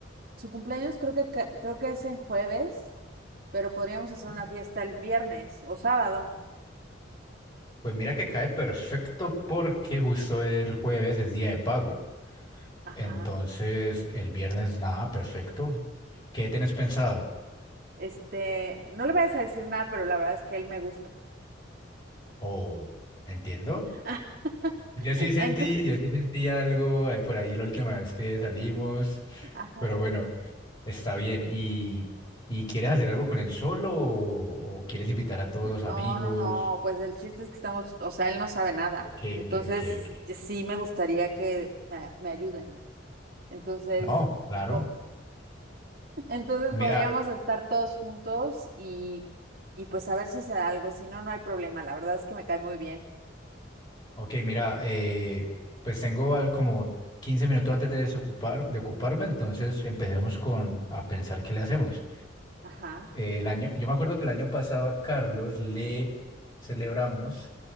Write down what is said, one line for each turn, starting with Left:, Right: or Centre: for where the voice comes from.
Right: Su cumpleaños creo que ca- creo que es en jueves, pero podríamos hacer
Left: Ok.
Right: una fiesta el viernes o sábado.
Left: Pues mira que cae perfecto porque justo el jueves es día de pago.
Right: Ajá.
Left: Entonces el viernes nada, perfecto. ¿Qué tenés pensado?
Right: Este, no le vayas a decir nada, pero la verdad es que él me gusta.
Left: Oh, entiendo.
Right: <laughs>
Left: Yo sí sentí,
Right: Entonces,
Left: yo sí sentí algo ahí por ahí la última vez que salimos,
Right: ajá.
Left: pero bueno, está bien. ¿Y, y quieres hacer algo con él solo o, o quieres invitar a todos los
Right: No,
Left: amigos?
Right: no, no, pues el chiste es que estamos, o sea, él no sabe nada.
Left: Ok,
Right: Entonces,
Left: ok, ok, ok.
Right: sí me gustaría que me, me ayuden. Entonces,
Left: No, claro.
Right: bo- <laughs> entonces
Left: Mira,
Right: podríamos estar todos juntos y, y pues a ver si se da algo. Si no, no hay problema. La verdad es que me cae muy bien.
Left: ok, mira, eh, pues tengo al- como 15 minutos antes de desocupar, de ocuparme, entonces empecemos con a pensar qué le hacemos.
Right: Ajá,
Left: Eh, el año, yo me acuerdo que el año pasado a Carlos le celebramos